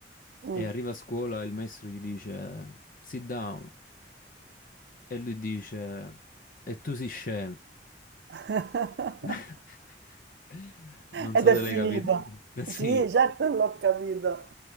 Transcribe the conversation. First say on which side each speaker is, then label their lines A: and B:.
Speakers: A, on the right; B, on the left.
A: Mm.
B: E arriva a scuola e il maestro gli dice: Sit down. E lui dice: E tu sei scemo.
A: <laughs>
B: <laughs> Non
A: Ed
B: so
A: è
B: se
A: finita.
B: l'hai capito. <laughs> Sì,
A: Sì, certo, l'ho capito.